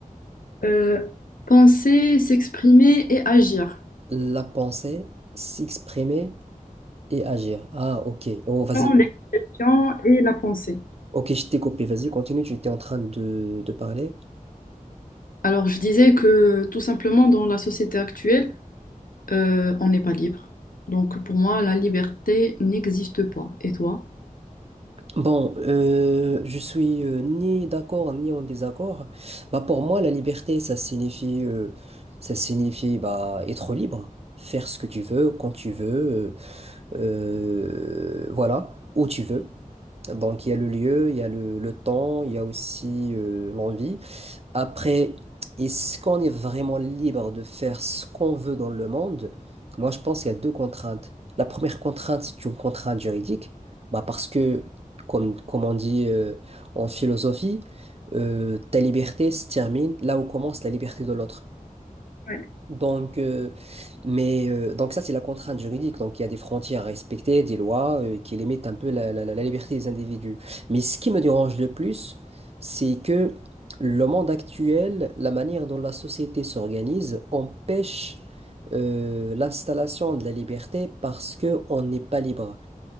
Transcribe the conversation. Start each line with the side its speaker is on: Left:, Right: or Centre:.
Left: euh, penser, s'exprimer et agir.
Right: La pensée, s'exprimer et agir. Ah, ok, oh, vas-y.
Left: l'expression et la pensée.
Right: Ok, je t'ai copié, vas-y, continue, tu étais en train de, de parler.
Left: Alors, je disais que tout simplement, dans la société actuelle, euh, on n'est pas libre. Donc, pour moi, la liberté n'existe pas. Et toi?
Right: Bon, euh, je suis euh, ni d'accord ni en désaccord. Bah pour moi, la liberté, ça signifie, euh, ça signifie bah être libre, faire ce que tu veux, quand tu veux, euh, euh, voilà, où tu veux. Donc il y a le lieu, il y a le, le temps, il y a aussi euh, l'envie. Après, est-ce qu'on est vraiment libre de faire ce qu'on veut dans le monde? Moi, je pense qu'il y a deux contraintes. La première contrainte, c'est une contrainte juridique, bah parce que, comme, comme on dit euh, en philosophie, euh, ta liberté se termine là où commence la liberté de l'autre.
Left: Ouais.
Right: Donc, euh, mais, euh, donc ça, c'est la contrainte juridique. Donc, il y a des frontières à respecter, des lois euh, qui limitent un peu la, la- la la liberté des individus. Mais ce qui me dérange le plus, c'est que le monde actuel, la manière dont la société s'organise, empêche euh, l'installation de la liberté parce que on n'est pas libre.